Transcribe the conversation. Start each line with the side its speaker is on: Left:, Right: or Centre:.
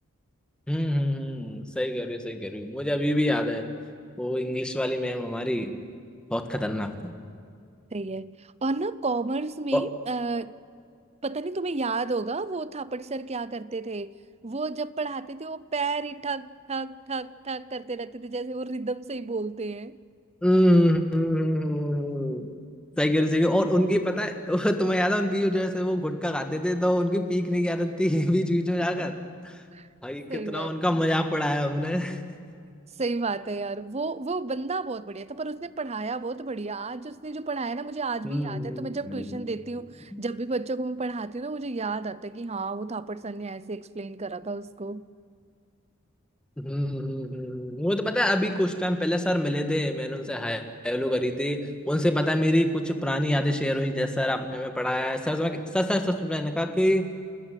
Centre: हम्म हम्म हम्म, सही कह रही हो सही कह रही हो मुझे अभी भी याद है वो इंग्लिश वाली मैम हमारी बहुत खतरनाक थी
Right: सही है और ना कॉमर्स में
Centre: और
Right: आ, पता नहीं तुम्हें याद होगा वो थापड़ सर क्या करते थे वो जब पढ़ाते थे वो पैर ही ठक ठक ठक ठक करते रहते थे जैसे वो रिदम से ही बोलते हैं
Centre: हम्म हम्म हम्म, हम्म, हम्म, हम्म, हम्म। सही कह रही हो, सही कह रही हो। और उनकी पता है <laughs> वो तुम्हें याद है उनकी जो जैसे वो गुटखा खाते थे तो उनकी पीकने की आदत थी <laughs> बीच बीच में जाकर
Right: <laughs>
Centre: भाई
Right: सही
Centre: कितना
Right: बात
Centre: उनका
Right: है
Centre: मजाक उड़ाया हमने <laughs>
Right: सही बात है यार वो वो बंदा बहुत बढ़िया था पर उसने पढ़ाया बहुत बढ़िया आज उसने जो पढ़ाया ना मुझे आज
Centre: हम्म
Right: भी याद है तो मैं जब
Centre: हम्म।
Right: ट्यूशन देती हूँ जब भी बच्चों को मैं पढ़ाती हूँ ना मुझे याद आता है कि हाँ वो थापड़ सर ने ऐसे एक्सप्लेन करा था उसको
Centre: हम्म हम्म, हम्म। वो तो पता है अभी कुछ टाइम पहले सर मिले थे मैंने उनसे हाय हेलो करी थी उनसे पता है मेरी कुछ पुरानी यादें शेयर हुई जैसे सर आपने हमें पढ़ाया है सर मैं- सर सर सर मैंने कहा कि